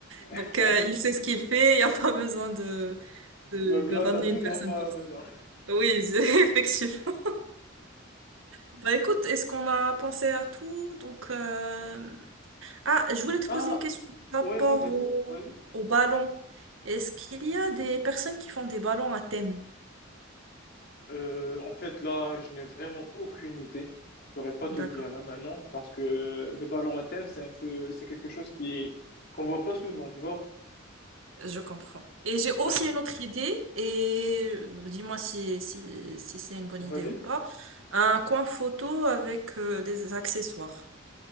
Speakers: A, on the left; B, on the right.
A: <laughs>
B: Donc, euh, il sait ce qu'il fait. Il n'y a pas besoin de, de,
A: Donc
B: de
A: là,
B: ramener
A: t'as deux
B: une personne
A: enfants
B: pour
A: à la
B: ça.
A: maison.
B: Oui, <laughs> effectivement. Bah écoute, est-ce qu'on a pensé à tout? Donc, euh, Ah, je voulais te
A: Ah,
B: poser une question par
A: ouais,
B: rapport
A: ouais, vas-y,
B: au,
A: vas-y.
B: au ballon. Est-ce qu'il y a des personnes qui font des ballons à thème?
A: Euh, en fait, là, je n'ai vraiment aucune idée. Je saurais pas
B: D'accord,
A: te dire là maintenant parce que des balles en thème, c'est un peu, c'est quelque chose qui qu'on voit pas souvent, tu vois.
B: je comprends. Et j'ai aussi
A: Ouais,
B: une autre idée, et euh, dis-moi si, si, si c'est une bonne
A: vas-y.
B: idée ou pas. Un coin photo avec euh, des accessoires.